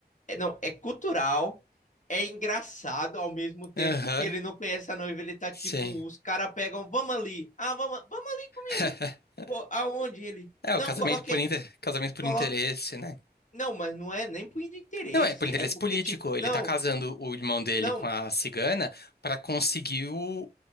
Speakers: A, on the left (about 45°); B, on the left (about 70°).
A: É, não, é cultural, é engraçado ao mesmo tempo,
B: Aham.
A: porque ele não conhece a noiva, ele tá
B: Sim.
A: tipo, os caras pegam, vamos ali, ah, vamos, vamos ali
B: <laughs>
A: comigo. Pô, aonde ele?
B: É,
A: Não,
B: o casamento
A: coloque,
B: por inter... casamento por
A: coloque.
B: interesse, né?
A: Não, mas não é nem por interesse,
B: Não, é por interesse
A: é porque
B: político.
A: tipo, não,
B: Ele tá casando o irmão dele
A: não,
B: com a cigana pra conseguir o...